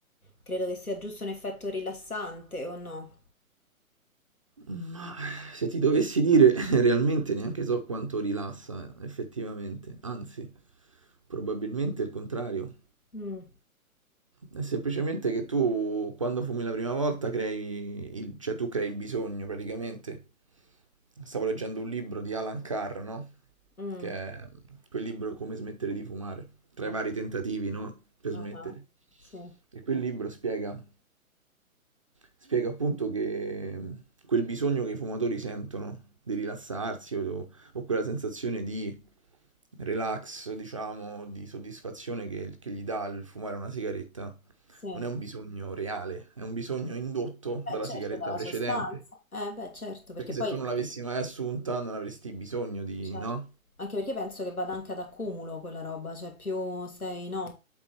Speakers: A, on the left; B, on the right.
A: credo che sia giusto un effetto rilassante o no?
B: Ma se ti dovessi dire, <laughs> realmente neanche so quanto rilassa effettivamente, anzi, probabilmente il contrario.
A: Mm,
B: È semplicemente che tu, quando fumi la prima volta, crei il, cioè tu crei il bisogno praticamente. Stavo leggendo un libro di Alan Carr, no?
A: mm,
B: Che è quel libro Come smettere di fumare, tra
A: ok,
B: i vari tentativi, no? Per smettere.
A: ah, Sì,
B: E quel libro spiega. Spiega appunto che mm, quel bisogno che i fumatori sentono di rilassarsi o, o quella sensazione di relax, diciamo, di soddisfazione che, che gli dà il fumare una sigaretta,
A: sì.
B: non è un bisogno reale, è un bisogno indotto
A: Beh,
B: dalla
A: certo,
B: sigaretta
A: dalla
B: precedente.
A: sostanza. Eh, beh, certo, perché
B: Perché
A: poi
B: se tu non l'avessi mai assunta, non avresti bisogno di,
A: Certo.
B: no?
A: Anche perché penso che vada anche ad accumulo quella roba, cioè più sei, no,